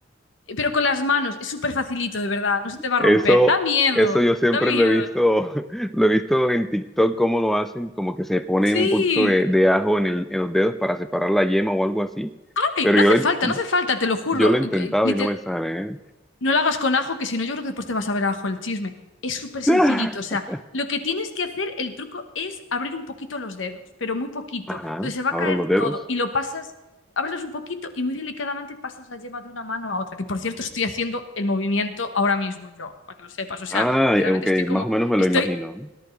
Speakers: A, on the left; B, in the centre.
A: Eh, Pero con las manos, es súper facilito, de verdad, no se te va
B: Eso,
A: a romper. Da miedo,
B: eso yo siempre
A: da miedo.
B: lo he visto, <laughs> lo he visto en TikTok cómo lo hacen, como que se ponen
A: Sí.
B: un poquito de, de ajo en el, en los dedos para separar la yema o algo así,
A: Ay,
B: pero
A: no
B: yo
A: hace
B: lo,
A: falta, no hace falta, te lo juro.
B: yo lo he intentado
A: Eh, eh, liter-
B: y no me sale, ¿eh?
A: no lo hagas con ajo, que si no, yo creo que después te vas a ver ajo el chisme. Es súper sencillito,
B: <laughs>
A: o sea,
B: <sighs>
A: lo que tienes que hacer, el truco es abrir un poquito los dedos, pero muy poquito.
B: Ajá,
A: Entonces se va
B: abro
A: a caer
B: los dedos.
A: todo y lo pasas, abres un poquito y muy delicadamente pasas la yema de una mano a otra, que por cierto estoy haciendo el movimiento ahora mismo yo, para que lo sepas. O sea,
B: Ah,
A: literalmente
B: eh, ok,
A: estoy como,
B: más o menos me
A: estoy
B: lo imagino.